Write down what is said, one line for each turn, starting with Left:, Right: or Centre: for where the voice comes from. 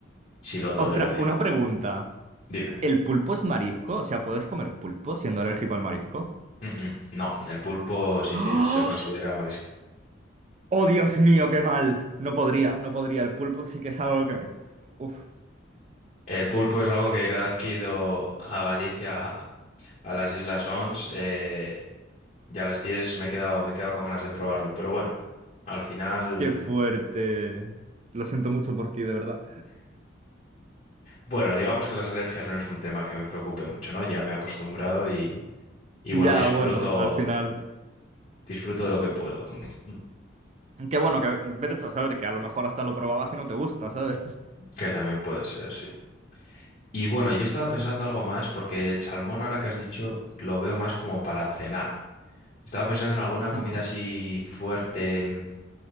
Left: sí
Right: <laughs>
Left: lo tolero
Right: Ostras,
Left: bien.
Right: una pregunta.
Left: Dime.
Right: ¿El pulpo es marisco? O sea, ¿puedes comer pulpo siendo alérgico al marisco?
Left: Mm, mm. No, el pulpo sí,
Right: ¡Ah!
Left: sí, se considera marisco.
Right: Oh, Dios mío, qué mal. No podría, no podría. El pulpo sí que es algo que... me- Uf,
Left: El pulpo es algo que cada vez que he ido a Galicia, <laughs> a a las Islas Ons, eh, ya a las 10 me he quedado, me he quedado con ganas de probarlo. Pero bueno, al final.
Right: qué fuerte. Lo siento mucho por ti, de verdad.
Left: Bueno, digamos que las alergias no es un tema que me preocupe mucho, ¿no? Ya me he acostumbrado y, y
Right: Ya,
Left: bueno, disfruto,
Right: bueno, al final...
Left: disfruto de lo que puedo, <laughs>
Right: Qué bueno, que vete tú a saber que a lo mejor hasta lo probabas y no te gusta, ¿sabes? <laughs>
Left: que también puede ser, sí. Y bueno, yo estaba pensando algo más porque el salmón, ahora que has dicho, lo veo más como para cenar. Estaba pensando en alguna comida
Right: Hmm.
Left: así fuerte, mm,